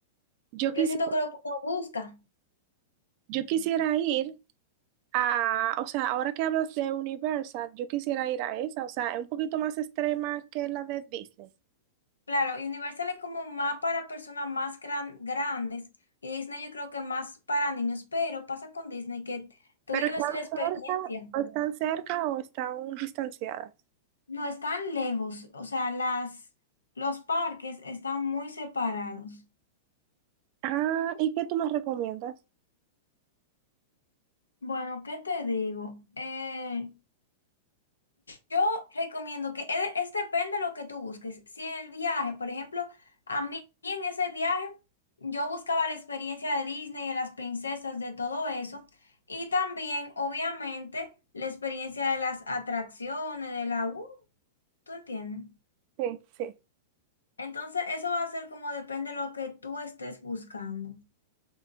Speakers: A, on the right (about 45°); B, on the left (about 80°).
A: Yo quisiera
B: Yo siento que lo que uno busca.
A: Yo quisiera ir a, o sea, ahora que hablas de Universal, yo quisiera ir a esa, o sea, es un poquito más extrema que la de Disney.
B: Claro, y Universal es como más para personas más gran- grandes y Disney yo creo que más para niños, pero pasa con Disney que tú
A: Pero
B: vives
A: están
B: la experiencia.
A: cerca, o están cerca o están distanciadas.
B: No están lejos, o sea, las, los parques están muy separados.
A: Ah, ¿y qué tú me recomiendas?
B: Bueno, ¿qué te digo? Eh, Yo recomiendo que es, es depende de lo que tú busques. Si en el viaje, por ejemplo, a mí en ese viaje yo buscaba la experiencia de Disney, de las princesas, de todo eso. Y también, obviamente, la experiencia de las atracciones, de la... Uh, ¿tú entiendes?
A: Sí, sí.
B: Entonces, eso va a ser como depende de lo que tú estés buscando.